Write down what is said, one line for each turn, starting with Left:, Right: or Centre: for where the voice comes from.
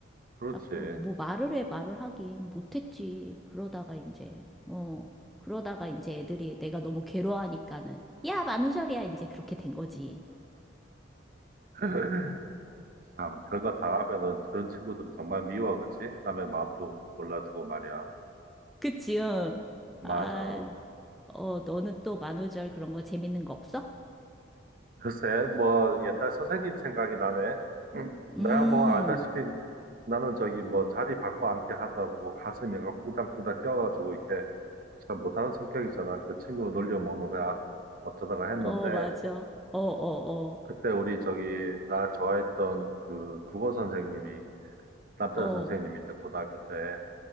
Right: 그렇지.
Centre: 자꾸 뭐 말을 해 말을 하긴 못했지. 그러다가 이제 어 그러다가 이제 애들이 내가 너무 괴로워하니까는 야 만우절이야 이제 그렇게 된 거지.
Right: <laughs> 아, 뭐 그런 거 당하면은 그런 친구들 정말 미워, 그치? 남의 마음도 몰라주고 말이야.
Centre: 그치? 응.
Right: 맞아.
Centre: 아, 어 너는 또 만우절 그런 거 재밌는 거 없어?
Right: 글쎄, 뭐 옛날 선생님 생각이 나네. 음. 내가
Centre: 음,
Right: 뭐 알다시피 나는 저기 뭐 자리 바꿔 앉게 하더라도 그 가슴이 가 쿵당쿵당 뛰어가지고 이렇게 그잘 못하는 성격이잖아. 그 친구 놀려 먹는 거야. 어쩌다가 했는데
Centre: 어 맞아. 어, 어, 어,
Right: 그때 우리 저기 나 좋아했던 그 국어 선생님이 남자
Centre: 어,
Right: 선생님인데 고등학교 때